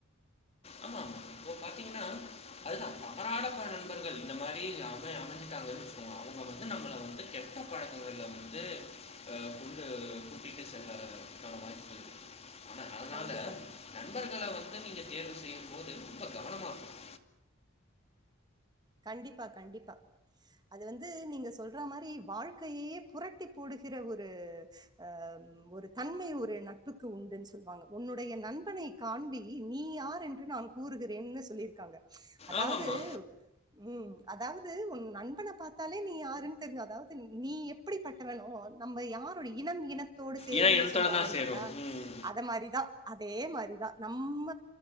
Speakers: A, on the left; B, on the right.
A: ஆமா ஆமா இப்போ பாத்தீங்கன்னா அதுதா தவறான போற நண்பர்கள் இந்த மாரி அமை அமைஞ்சுட்டாங்கன்னு வச்சக்கோங்க அவங்க வந்து நம்மள வந்து கெட்ட பழக்கங்களை வந்து ஆ கொண்டு கூட்டிட்டு செல்லவதுகான வாய்ப்புகள் ஆனா அதனால
B: கண்டிப்பா.
A: நண்பர்கள வந்து நீங்க தேர்வு போது ரொம்ப கவனமாக இருக்கணு
B: கண்டிப்பா கண்டிப்பா அது வந்து நீங்க சொல்ற மாரி வாழ்க்கையையே புரட்டி போடுகிற ஒரு ஆ ஒரு தன்மை ஒரு நட்புக்கு உண்டுன்னு சொல்லுவாங்க உன்னுடைய நண்பனை காண்பி நீ யார் என்று நான் கூறுகிறேன்னு சொல்லியிருக்காங்க அதாவது
A: ஆமாமா.
B: உம் அதாவது உன் நண்பனை பாத்தாலே நீ யாருன்னு தெரிஞ்சு அதாவது நீ எப்படி பட்டவனோ நம்ம யாரோட இனம் இன த்தோடு சேரும்னு
A: ஏன்னா இனத்தோட
B: சொல்லுவாங்க
A: தான்
B: இல்லங்களா
A: சேரும். ம்.
B: அத மாரிதா அதே மாரிதா நம்ம